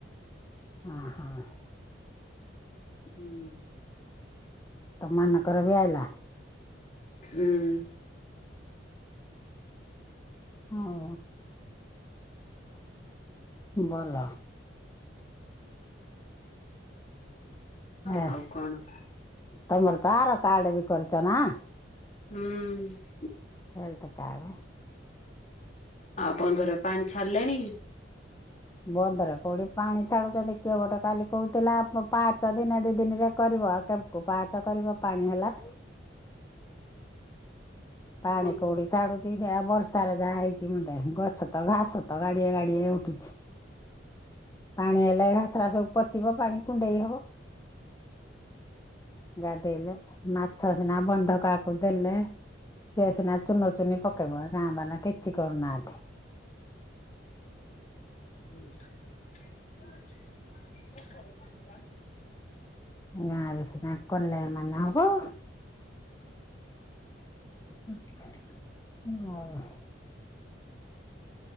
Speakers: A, on the left; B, on the left.
A: ହଁ ହଁ।
B: ହୁଁ।
A: ତମ ମାନଙ୍କର ବି ଆଇଲା।
B: ହୁଁ
A: ହଁ ବଲ।
B: ଆଉ
A: ଏ
B: କଣ?
A: ତମର ବାର କାର୍ଡ ବି କରିଚନା?
B: ହୁଁଉଁ।
A: ହେଲଥ କାଡେ।
B: ଆଉ ବନ୍ଧ ରେ ପାଣି ଛାଡିଲାଣି?
A: ବନ୍ଦ ରେ କୋଉଠି ପାଣି ଛାଡୁଛନ୍ତି କିଏ ଗୋଟେ କାଲି କହୁଥିଲା ପାଚଦିନ ଦି ଦିନରେ କରିବ କେବେକୁ ପାହାଚ କରିବ ପାଣି ହେଲାଠୁ। ପାଣି
B: ବନ୍ଧ
A: କୋଉଠି ଛାଢୁ ସେ ହେଇଆ ବର୍ଷାରେ ଯାହା ହେଇଛି ମୁନ୍ଦେ ଗଛ ତ ଘାସ ତ ଗାଡିଏ ଗାଡିଏ ଉଠିଛି। ପାଣି ହେଲେ ଘାସରା ସବୁ ପଚିବ ପାଣି କୁଣ୍ଡେଇ ହବ। ଗାଧେଇଲେ ମାଛ ସିନା ବନ୍ଧ କାହାକୁ ଦେଲେ। ସିଏ ସିନା ଚୁନ ଚୁନି ପକେଇବ ଗାଁ ବାଲା କିଛି କରୁନାହାନ୍ତି।
B: <unintelligible>
A: ଗାଁରେ ସିନା କଲେ ଏମାନେ ହବ। ହୁଁ। ହୁଁ।